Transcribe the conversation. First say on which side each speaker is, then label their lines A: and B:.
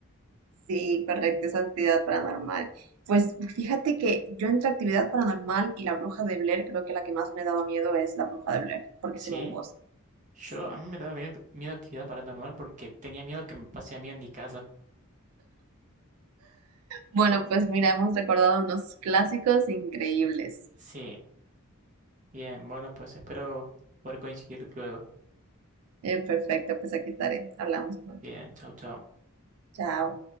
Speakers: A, on the right; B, on the right.
A: Sí, correcto, es actividad paranormal. Pues fíjate que yo entre actividad paranormal y la bruja de Blair, creo que la que más me daba miedo es la bruja de Blair, porque
B: Sí,
A: es en un bosque.
B: yo,
A: Sí.
B: a mí me daba miedo, miedo actividad paranormal porque tenía miedo que me pase a mí en mi casa.
A: Bueno, pues mira, hemos recordado unos clásicos increíbles.
B: Sí, bien, bueno, pues espero poder coincidir luego.
A: Eh, perfecto, pues aquí estaré. Hablamos pronto.
B: Bien, chau, chau.
A: Chao.